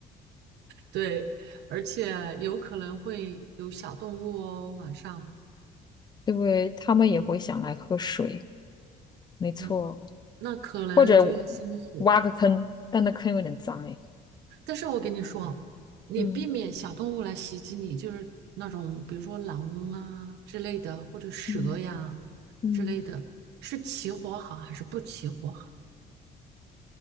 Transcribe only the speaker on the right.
对，而且有可能会有小动物哦，晚上
嗯，那可能就要生火。
但是我跟你说，你避免小动物来袭击你，
就是那种比如说狼啊之类的，或者蛇呀
之类的，是起火好还是不起火好？